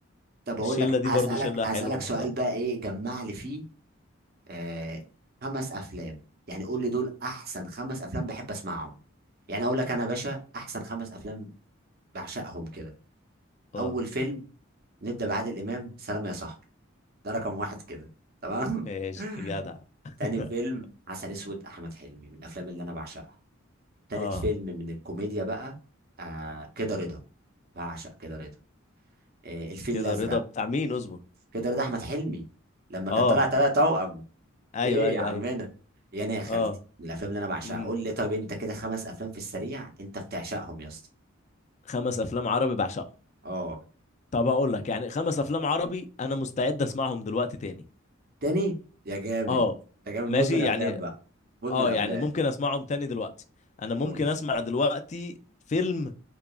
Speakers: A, on the right; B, on the left.
A: طب
B: الشله
A: اقول لك
B: دي
A: هسألك
B: برضو شله
A: هسألك
B: حلوه ومحترمه
A: سؤال بقى ايه جمع لي فيه آه خمس افلام يعني قول لي دول احسن خمس افلام بحب اسمعهم يعني اقول لك انا يا باشا احسن خمس افلام بعشقهم كده
B: اه
A: اول فيلم نبدأ بعادل امام سلام يا صاحبي ده رقم واحد كده تمام
B: ايش
A: <laughs>
B: جدع <laughs>
A: تاني فيلم عسل اسود احمد حلمي من الافلام اللي انا بعشقها تالت
B: اه
A: فيلم من الكوميديا بقى آه كده رضا بعشق كده رضا آه الفيل
B: كده
A: الازرق
B: رضا بتاع مين اصبر
A: كده رضا احمد حلمي لما
B: اه
A: كان طالع تلات توأم
B: ايوه
A: ايه
B: ايوه
A: يا عمنا
B: ايوه
A: يا انا يا خالتي
B: اه
A: من الافلام اللي انا بعشقها
B: امم
A: قول لي طب انت كده خمس افلام في السريع انت بتعشقهم يا اسطى
B: خمس افلام عربي بعشقهم
A: اه
B: طب هقول لك يعني خمس افلام عربي انا مستعد اسمعهم دلوقتي تاني
A: تاني يا جامد
B: اه
A: انت جامد
B: ماشي
A: مدمن افلام
B: يعني
A: بقى مدمن
B: اه
A: افلام
B: يعني ممكن اسمعهم تاني دلوقتي انا ممكن
A: قول لي
B: اسمع دلوقتي فيلم